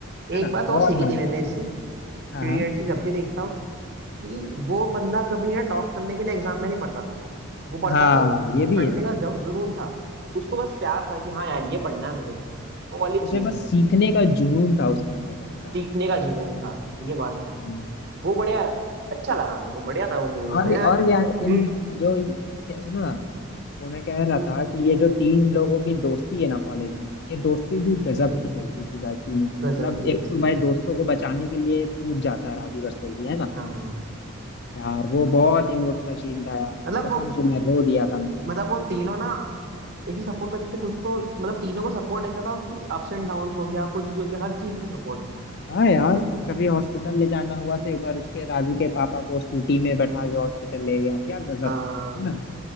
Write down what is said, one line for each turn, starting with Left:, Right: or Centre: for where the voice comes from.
Left: है
Right: एक
Left: ना
Right: बात
Left: बहुत
Right: और सीखी
Left: मदद
Right: थी मैंने इससे
Left: हाँ
Right: पीरियड
Left: हाँ
Right: से जब भी देखता हूँ कि वो बंदा कभी ना टॉप करने के लिए एग्जाम में नहीं पढ़ता था वो पढ़ता
Left: हाँ
Right: था
Left: ये भी
Right: पढ़ने
Left: है
Right: का जु- जुनून था उसको बस प्यार था कि हाँ यार ये पढ़ना है मुझे तो वो वाली चीज
Left: उसे बस
Right: है
Left: सीखने का जुनून था उसके अंदर भाई साहब
Right: सीखने का जुनून था ये बात है
Left: हम्म।
Right: वो बढ़िया अच्छा लगा मेरे को बढ़िया था वो मूवी
Left: और
Right: में यार
Left: और यार
Right: Creed-
Left: इन जो क्या सुनो ना वो मैं कह रहा
Right: हम्म
Left: था कि ये जो तीन लोगों की दोस्ती है ना कॉलेज में ये दोस्ती भी गजब
Right: हम्म
Left: की दोस्ती थी भाई तीनों की मतलब
Right: गजब की उसकी
Left: एक तो
Right: थी
Left: भाई दोस्तों को बचाने के लिए कूद जाता है राजू रस्तोगी है ना
Right: हाँ
Left: यार वो बहुत इमोशनल सीन था यार
Right: मतलब
Left: कसम
Right: वो
Left: से मैं रो दिया था मैंने
Right: मतलब वो तीनों ना ऐसे सपोर्ट करते थे खुद को मतलब तीनों को सपोर्ट ऐसा था कि अप्स एंड डाउन हो गया कुछ भी हो गया हर चीज में सपोर्ट
Left: हाँ यार कभी हॉस्पिटल ले जाना हुआ तो एक बार उसके राजू के पापा को स्कूटी में बैठा के हॉस्पिटल ले गया क्या गजब
Right: हाँ
Left: है ना